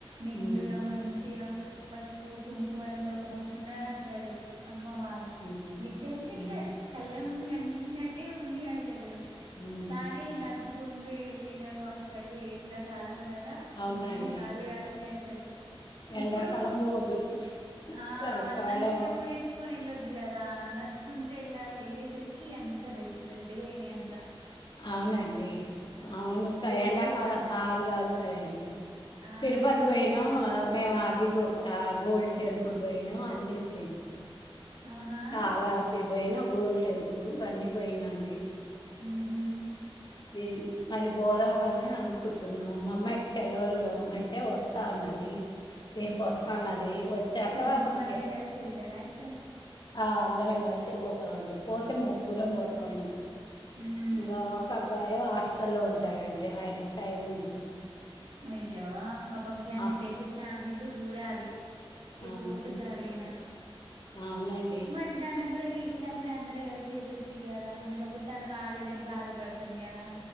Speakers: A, on the right (about 60°); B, on the left (about 50°).
A: నిండుగా
B: ఉమ్
A: మంచిగా పసుపు కుంకుమలతో మస్తు ఉన్నాయ్ అసలు అమ్మ వాళ్
B: ఉహు
A: నిజం ఇట్
B: ఉహు
A: కళ ముందు కని వచ్చినట్టే ఉంది ఆసలు
B: ఉమ్
A: కానీ నడుచు గుండె ఎళ్ళినామ్ అసలు ఎండ కాలం గ కదా
B: అవునండి
A: ఫుల్ కళీగాసిన అసలు
B: ఎండాకాలం
A: ఇప్పుడు
B: పోదు
A: ఆ
B: చలికాలం
A: అంటే చెప్పులు వేసుకొని వెళ్ళొదు కదా నడుచుకుంటూ వెళ్ళాలి వెళ్ళేసరికి అంత రెడ్ రెడ్గా అయినాయి అంత
B: అవునండి అవును క
A: మీరు
B: ఎండాకాలం
A: ఎళ్ళిల్లా
B: కాలుగాల్తాయిండి
A: ఆ
B: తిరుపతి పోయినాం
A: ఎళ్ళినప్పుడు
B: మేము అగ్గిగో అ గోల్ టెంపుల్ కి పోయినాం అన్నీ పోయినాం
A: ఆహా
B: కావాసి పోయిన గోల్డ్ టెంపుల్ అన్నీ పోయినండి
A: ఊహూ
B: ఇది మల్లి బోధమనే అనుకుంటున్నాం మా అమ్మాయి సెలవులు రమ్మంటే వస్తా అన్నది
A: హ
B: రేపు వస్తా అన్నది వచ్చాక
A: కుటుంబం
B: టికెట్
A: అంత కలిసి ఎల్లి ఇదర అయితే
B: ఆ అందరం కలిసే పోతామండి పోతే ముగ్గురం పోతామండి
A: హ్మ్
B: ఇంకా ఒక అబ్బాయి హాస్టల్లో ఉంటాడండి ఆయనకి టైం ఉండదు
A: అయ్యో పాపం ఇలాంటి
B: ఆ
A: ప్లేసెస్ ఫ్యామిలీ తోచూడాలి ఏప్పుడో
B: అవునండి
A: ఒకసారి అయినా
B: అవునండి
A: మరిదాన్ని మనం కూడా వీలు ఉన్నప్పుడు అందరు కలిసి వెళ్ళొచ్చు కదా మనం పాపం తను రాలేదని బాధపడతాం కదా